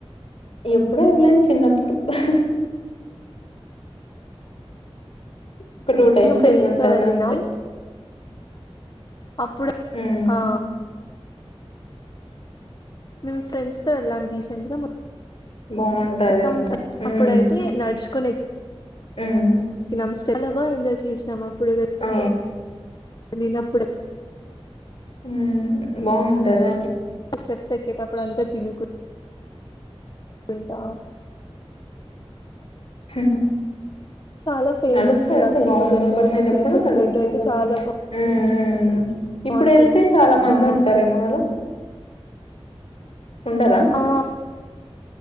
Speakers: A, on the left; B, on the left.
A: ఎప్పుడో వెళ్ళాం చిన్నప్పుడు హహహ ఒక టూ టైమ్స్
B: ఫ్రెండ్స్
A: వెళ్ళింటాను
B: తో వెళ్ళినాం
A: అంతే
B: అప్పుడు ఎవరితో
A: ఉమ్
B: ఆ మేం ఫ్రెండ్స్ తో వెళ్ళాం రీసెంట్ గా మొ
A: బాగుంటది
B: త్తం
A: అంతా
B: స
A: ఉమ్
B: అప్పుడైతే నడుచుకుని ఎక్కినాం
A: ఉమ్
B: స్టెప్స్ చాలా బాగా ఎంజాయ్ చేసినం అప్పుడు
A: ఆ
B: చిన్నప్పుడే
A: ఉమ్ బావుంటదా
B: ఆ స్టెప్స్ ఎక్కేటప్పుడు అంత తినుకు వెళ్తాం
A: హుహు
B: చాలా ఫేమస్
A: నడుస్తా
B: కదా
A: వెళ్తే
B: తిరుపతి
A: బావుంటది
B: అసలు
A: బట్
B: ఇంకా
A: నేను
B: తిరుపతి
A: ఎప్పుడు నడుస్తా
B: లడ్డు అయితే
A: వెళ్ళలే
B: చాలా
A: ఉ ఉమ్ ఉమ్
B: బాగుంటుంది
A: ఇప్పుడు వెళ్తే చాలా మంది
B: ఆ
A: ఉంటారేమో కదా ఉండరా
B: ఆ